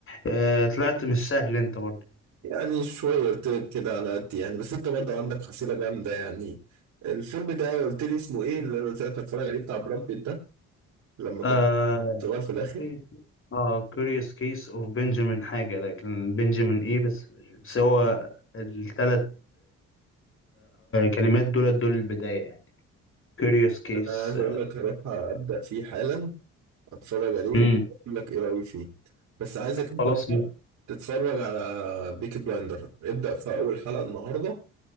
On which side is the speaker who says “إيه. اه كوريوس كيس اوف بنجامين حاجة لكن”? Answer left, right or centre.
Left